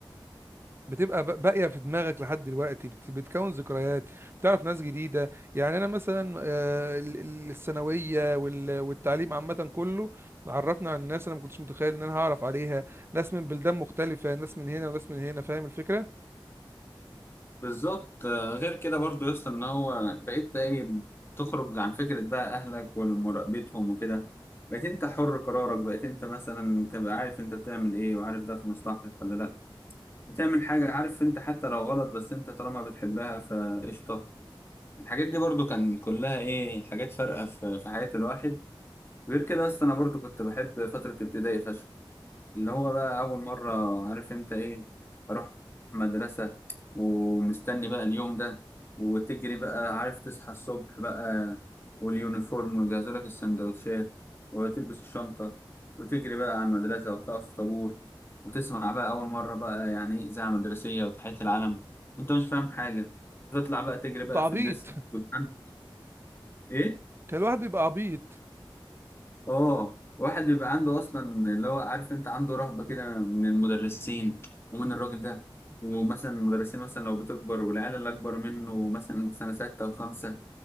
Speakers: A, on the right; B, on the left.
A: بتبقى ب- باقيه في دماغك لحد دلوقتي بت... بتكون ذكريات بتعرف ناس جديده يعني انا مثلا آه، ال- ال- الثانويه وال... والتعليم عامه كله عرفنا عن ناس انا ما كنتش متخيل ان انا هعرف عليها ناس من بلدان مختلفه ناس من هنا وناس من هنا فاهم الفكره؟
B: بالظبط آه، غير كده برضو يا اسطى ان هو بقيت ايه تخرج عن فكره بقى اهلك ومراقبتهم وكده بقيت انت حر قرارك بقيت انت مثلا تبقى عارف انت بتعمل ايه وعارف ده في مصلحتك ولا لا بتعمل حاجه عارف انت حتى لو غلط بس انت طالما بتحبها فقشطه الحاجات دي برضو كان كلها ايه حاجات فارقه في في حياه الواحد غير كده اصلا انا برضو كنت بحب فتره ابتدائي فشخ اللي هو بقى أول مرة عارف أنت إيه أروح مدرسة ومستني بقى اليوم ده وتجري بقى عارف تصحى الصبح بقى واليونيفورم ويجهزوا لك السندوتشات وتلبس الشنطة وتجري بقى على المدرسة وتقف في طابور وتسمع بقى أول مرة بقى يعني إيه إذاعة مدرسية وتحية العلم وأنت مش فاهم حاجة وتطلع بقى تجري بقى
A: تعبيط
B: في الديسك
A: <laughs>
B: وتعمل إيه؟
A: كان الواحد بيبقى عبيط
B: اه واحد بيبقى عنده اصلا اللي هو عارف انت عنده رهبه كده من المدرسين ومن الراجل ده ومثلا المدرسين مثلا لو بتكبر والعيال اللي اكبر منه مثلا سنه سته وخمسه